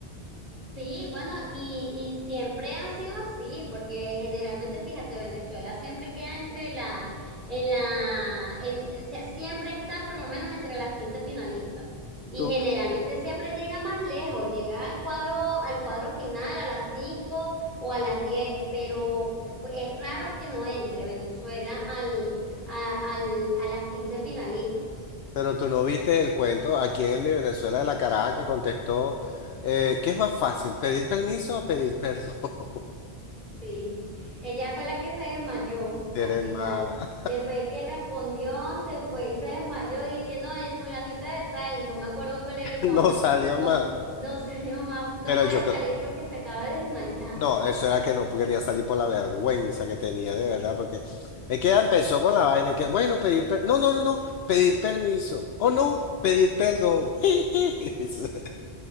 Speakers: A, on the right; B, on the left.
A: Sí, bueno, y, y siempre ha sido así, porque generalmente, fíjate, Venezuela siempre queda entre la, en la, en, o sea, siempre está por lo menos entre las 15 finalistas. Y
B: Tú,
A: generalmente siempre llega más lejos, llega al cuadro, al cuadro final a las 5 o a las 10 pero fue- es raro que no entre Venezuela al, a, al- a las 15 finalistas.
B: pero tú no viste el cuento aquí en el Mi Venezuela de la caraja que contestó, eh, ¿qué es más fácil, pedir permiso o pedir perdón? <laughs>
A: Sí, ella fue la que se desmayó
B: Eres
A: al final.
B: mala.
A: Después el que respondió, se fue y se desmayó y que no, eh, fulanita de tal, no me acuerdo cuál era el
B: No
A: nombre.
B: salió
A: No,
B: más.
A: no <laughs> salió más, no
B: Pero
A: puede
B: yo creo,
A: salir porque se acaba de desmayar.
B: no, eso era que no quería salir por la vergüenza que tenía, de verdad, porque es que ella empezó con la vaina y que, bueno, pedir, per- no, no, no, no, pedir permiso, o no, pedir perdón. <laughs>